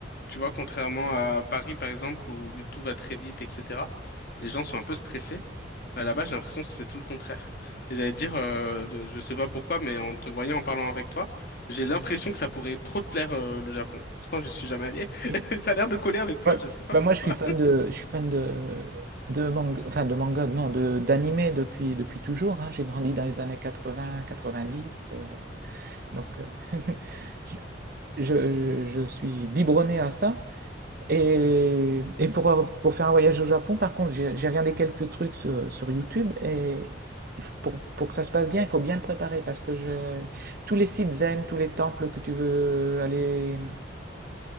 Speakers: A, on the left; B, on the right.
A: Tu vois, contrairement à Paris, par exemple, où tout va très vite, etc. Les gens sont un peu stressés. Bah, là-bas, j'ai l'impression que c'est tout le contraire. Et j'allais te dire, euh, je je sais pas pourquoi, mais en te voyant, en parlant avec toi, j'ai l'impression que ça pourrait trop te plaire, euh, le Japon. Pourtant, je suis jamais allé. <laughs>
B: Oui.
A: Ça a l'air de coller avec toi,
B: Ouais.
A: je sais pas
B: Bah
A: pourquoi.
B: moi je suis fan de je suis fan de de manga, enfin de manga, non, de d'animé depuis depuis toujours, hein. J'ai grandi dans les années 80, 90, euh, donc euh, <laughs> je, je, je suis biberonné à ça. Et, et pour, pour faire un voyage au Japon, par contre, j'ai j'ai regardé quelques trucs sur, sur YouTube et il f- pour, pour que ça se passe bien, il faut bien le préparer parce que je, tous les sites zen, tous les temples que tu veux aller,